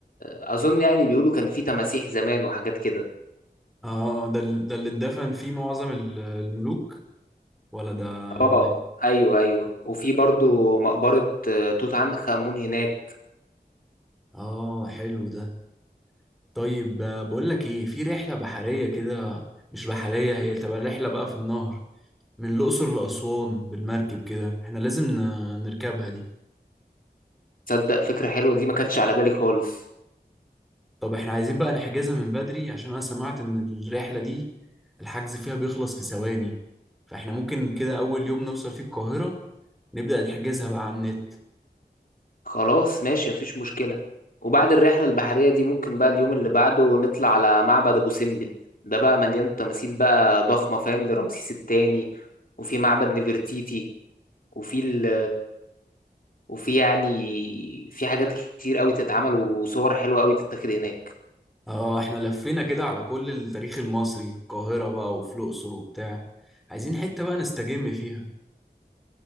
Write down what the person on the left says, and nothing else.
أظن يعني بيقولوا كان فيه تماسيح زمان وحاجات كده
اه
ايوه ايوه وفي برضو مقبرة آه، توت عنخ آمون هناك
تصدق فكرة حلوة دي ما كانتش على بالي خالص
خلاص ماشي مفيش مشكلة وبعد الرحلة البحرية دي ممكن بقى اليوم اللي بعده نطلع على معبد أبو سمبل ده بقى مليان تماثيل بقى ضخمة فاهم لرمسيس التاني وفي معبد نفرتيتي وفي ال وفي يعني في حاجات كتير قوي تتعمل وصور حلوة قوي تتاخد هناك